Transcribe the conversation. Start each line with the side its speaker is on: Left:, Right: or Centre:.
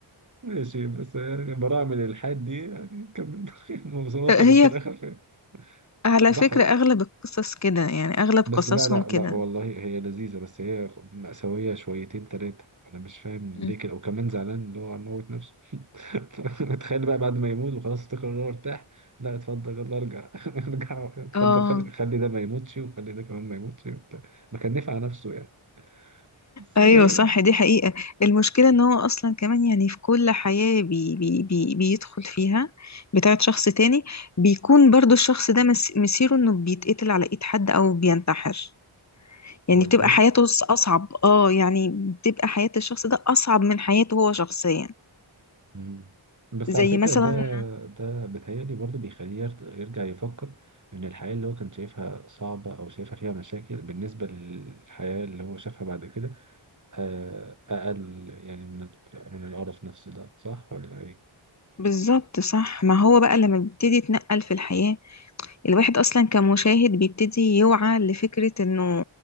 Right: ماشي بس يعني براعم الالحاد دي يعني كملوا <laughs> وصلوا
Left: هي
Right: في الاخر فين؟
Left: على
Right: راح
Left: فكرة أغلب القصص كده يعني أغلب
Right: بس
Left: قصصهم
Right: لا لا
Left: كده
Right: لا والله هي لذيذة بس هي مأساوية شويتين تلاتة أنا مش فاهم ليه
Left: مم.
Right: كده وكمان زعلان اللي هو هيموت نفسه <laughs> تخيل بقى بعد ما يموت وخلاص افتكر إن هو ارتاح لا اتفضل يلا ارجع <laughs> ارجع اتفضل
Left: اه
Right: خلي خلي ده ما يموتش وخلي ده كمان ما يموتش وبتاع ما كان نفع نفسه يعني بس
Left: ايوه صح دي
Right: ده
Left: حقيقة المشكلة ان هو اصلا كمان يعني في كل حياة بي بي بي بيدخل فيها بتاعت شخص تاني بيكون برضو الشخص ده مس- مصيره انه بيتقتل على ايد حد او بينتحر يعني
Right: بجد
Left: بتبقى حياته أص- اصعب اه يعني بتبقى حياة الشخص ده اصعب من حياته هو شخصيا
Right: مم. بس
Left: زي
Right: على فكرة
Left: مثلا
Right: ده ده بيتهيألي برضه بيخليه يرت- يرجع يفكر إن الحياة اللي هو كان شايفها صعبة أو شايفها فيها مشاكل بالنسبة للحياة اللي هو شافها بعد كده آه، أقل يعني من من القرف نفسه ده صح ولا إيه؟
Left: بالظبط صح ما هو بقى لما بيبتدي يتنقل في الحياة الواحد أصلا كمشاهد بيبتدي يوعى لفكرة إنه